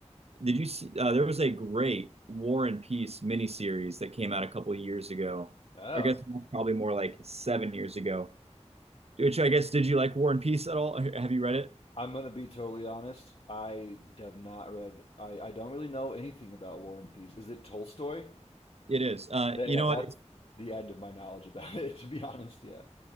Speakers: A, on the right; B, on the left.
A: did you see? Uh, there was a great War and Peace miniseries that came out a couple of years ago.
B: Oh.
A: I guess probably more like seven years ago. Which I guess, did you like War and Peace at all? Have you read it?
B: I'm gonna be totally honest. I have not read. I, I don't really know anything about War and Peace. Is it Tolstoy?
A: It is. Uh,
B: Th-
A: you
B: yeah,
A: know
B: that's
A: what? It's,
B: the end of my knowledge about <laughs> it. To be honest, yeah.